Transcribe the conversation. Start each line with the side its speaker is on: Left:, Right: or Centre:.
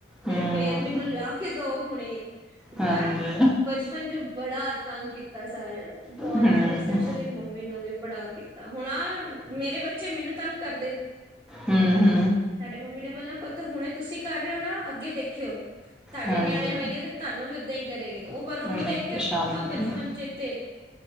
Right: ਮੇਰੇ
Centre: ਹੂੰ।
Right: ਬੇਰ ਮੈਨੂੰ ਲਿਆ ਕੇ ਦਓ, ਹੁਣੇ।
Centre: ਹਾਂਜੀ
Right: ਅ <unintelligible> ਮ ਬੜਾ ਤੰਗ ਕੀਤਾ ਸਾਰਿਆਂ ਨੂੰ, ਬਹੁਤ,
Centre: ਹੂੰ-ਹੂੰ,
Right: ਆਪਣੇ ਸਪੈਸ਼ਲੀ ਮੰਮੀ ਮੈਨੂੰ ਵੀ ਬੜਾ ਕੀਤਾ। ਹੁਣ ਆ, ਮੇਰੇ ਬੱਚੇ, ਮੈਨੂੰ ਤੰਗ ਕਰਦੇ।
Centre: ਹੂੰ, ਹੂੰ
Right: ਸਾਡੇ ਮੰਮੀ ਨੇ ਬੋਲਣਾ, ਪੁੱਤ। ਹੁਣੇ ਤੁਸੀਂ ਕਰ ਰਹੇ ਹੋ ਨਾ, ਅੱਗੇ ਦੇਖਿਓ। ਤੁਹਾਡੇ
Centre: ਹਾਂਜੀ
Right: ਨਿਆਣੇ ਹੋਏਗੇ ਤੇ ਤੁਹਾਨੂੰ ਵੀ ਓਦਾਂ ਹੀ ਕਰੇ ਗੇ, ਉਹ ਪਰ
Centre: ਉਹਨਾਂ
Right: ਉਹਨੂੰ ਦੇਖ
Centre: ਹੀ ਪਰੇਸ਼ਾਨ
Right: ਕੇ ਪੱਕਾ
Centre: ਕਰਨਾ
Right: ਬਚਪਨ ਚੇਤੇ